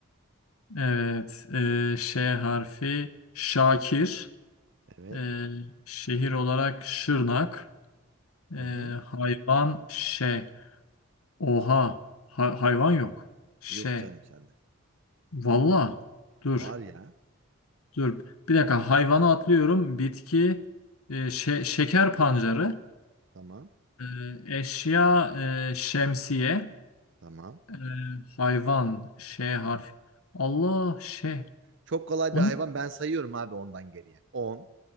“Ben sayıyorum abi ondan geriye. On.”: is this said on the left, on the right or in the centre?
Right